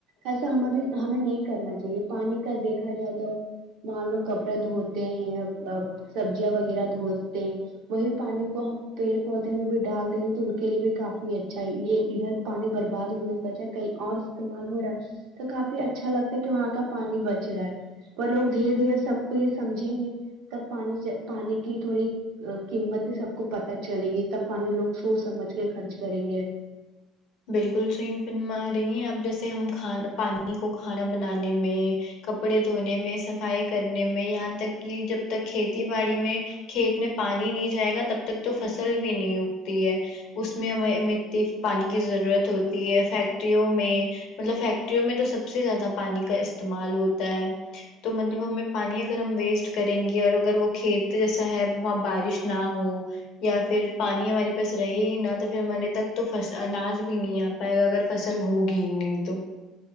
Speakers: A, on the right; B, on the left.
A: ایسا ہمارے ہمیں نہیں کرنا چاہیے پانی کا دیکھا جائے تو مان لو کپڑے دھوتے ہیں سبزیاں وغیرہ دھوتے وہی پانی کو ہم پیڑ پودے میں بھی ڈال دیں گے تو ان کے لیے بھی کافی اچھا ہے یہ ادھر پانی برباد ہونے سے اچھا کہیں اور استعمال ہو رہا ہے تو کافی اچھا لگتا ہے کہ وہاں کا پانی بچ رہا ہے اور لوگ دھیرے دھیرے سب کو یہ سمجھیں گے تب پانی ج پانی کی تھوڑی قیمت سبکو پتہ چلے گی تب پانی لوگ سوچ سمجھ کے خرچ کریں گے
B: بالکل صحیح فرما رہی ہیں آپ جیسے ہم کھانا پانی کو کھانا بنانے میں کپڑے دھونے میں صفائی کرنے میں یہاں تک کہ جب تک کھیتی باڑی میں کھیت میں پانی نہیں جائے گا تب تک تو فصل بھی نہیں اگتی ہے اس میں مے مٹی پانی کی ضرورت ہوتی ہے فیکٹریوں میں مطلب فیکٹریوں میں تو سب سے زیادہ پانی کا استعمال ہوتا ہے تو مطلب ہمیں پانی اگر ہم ویسٹ کریں گے اور اگر وہ کھیت جیسا ہے وہاں بارش نہ ہو یا پھر پانی ہمارے پاس رہے ہی نہ تو پھر ہمارے تک تو فص اناج بھی نہیں آ پائے گا اگر فصل ہوگی ہی نہیں تو